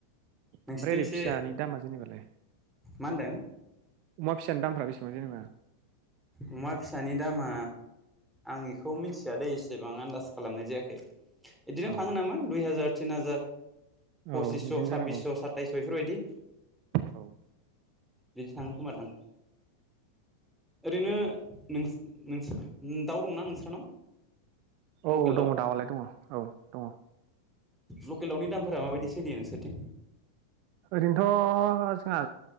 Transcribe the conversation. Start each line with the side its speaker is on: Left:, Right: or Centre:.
Centre: नोंसोरथिं
Right: ओमफ्राय ओरै
Centre: एसे
Right: फिसानि दामा जेनेबालाय?
Centre: मा होनदों?
Right: अमा फिसानि दामफ्रा बेसेबां जेनेबा?
Centre: अमा फिसानि दामा आं एखौ मिथियादै एसेबां आन्दास खालामनाय जायाखै। एदिनो
Right: औ
Centre: थाङो नामा दुइ हाजार तिन हाजार
Right: औ
Centre: पसिस'
Right: बिदिनो
Centre: साब्बिस'
Right: जानांगौ
Centre: साताइस' <unintelligible> बेफोरबायदि
Right: औ
Centre: बिदि थाङो खोमा दां। ओरैनो नोंस -नोंस्रा दाउ दंना नोंस्रानाव?
Right: औ
Centre: लकेल
Right: दङ
Centre: दाउ
Right: दाउआलाय दङ औ दङ।
Centre: लकेल दाउनि दामफोरा माबायदि सोलियो नोंसोरथिं?
Right: ओरैनोथ' जोंहा